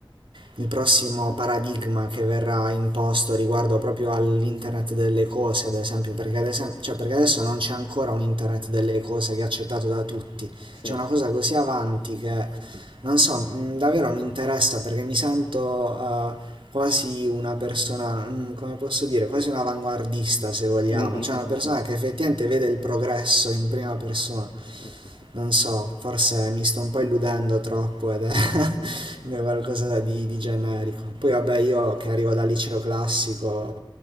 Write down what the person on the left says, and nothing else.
Sì.
Mh, mh,
mh,
mh, mh.
Mh, mh,
mh.
No, no, no, no.